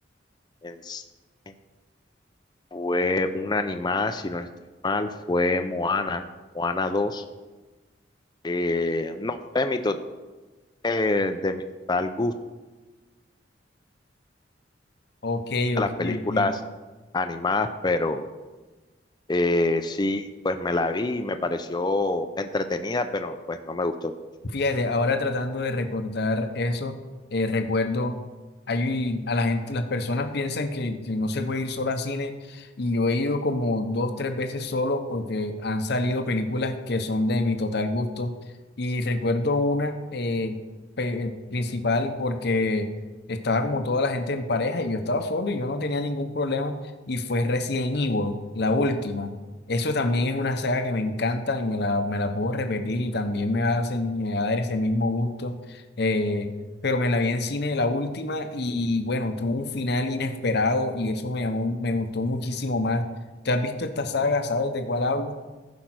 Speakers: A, on the left; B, on the left.
A: en cine fue una animada, si no estoy mal, fue Moana, Moana dos Eh, no fue de mi, to- eh, de mi total gusto
B: Ok,
A: a
B: ok,
A: las películas
B: ok.
A: animadas, pero Eh, sí, pues me la vi y me pareció entretenida, pero pues no me gustó mucho.
B: Fíjate, ahora tratando de recordar eso, eh, recuerdo, hay, a la gente, las personas piensan que, que no se puede ir solo al cine y yo he ido como dos, tres veces solo porque han salido películas que son de mi total gusto y recuerdo una eh, pe- eh, principal porque estaba como toda la gente en pareja y yo estaba solo y yo no tenía ningún problema y fue Resident Evil, la última. Eso también es una saga que me encanta y me la, me la puedo repetir y también me va a, hacer- me va a dar ese mismo gusto. Eh, pero me la vi en cine la última y bueno, tuvo un final inesperado y eso me llamó, me gustó muchísimo más. ¿Te has visto esta saga? ¿Sabes de cuál hablo?